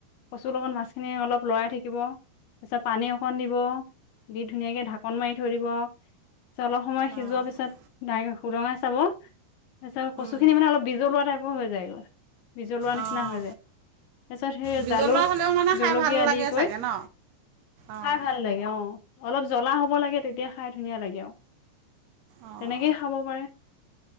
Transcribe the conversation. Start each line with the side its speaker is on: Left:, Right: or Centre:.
Left: কচুৰ লগত মাছ খিনি অলপ লৰাই থাকিব তাৰ পিছত পানী দিব দি ধুনীয়াকে ঢাকন মাৰি থৈ দিব পিছত অলপ সময় সিজোৱাৰ
Right: অঁ অঁ
Left: পিছত সুৰঙা চাব তাৰপিছত কচু
Right: অঁ
Left: খিনি মানে অলপ বিজলোৱা টাইপৰ হৈ যায় এইা বিজলোৱা নিচিনা
Right: অঁ
Left: হৈ যায় তাৰ পিছত সেই
Right: বিজলুৱা
Left: জালুক
Right: হ'লেও মানে খাই
Left: জলকীয়া
Right: ভাল
Left: আদি
Right: লাগে
Left: কৈ
Right: চাগে ন অঁ
Left: খাই ভাল লাগে অ অলপ জ্বলা হ'ব লাগে তেতিয়া খাই ধুনীয়া লাগে
Right: অঁ
Left: তেনেকেই খাব পাৰে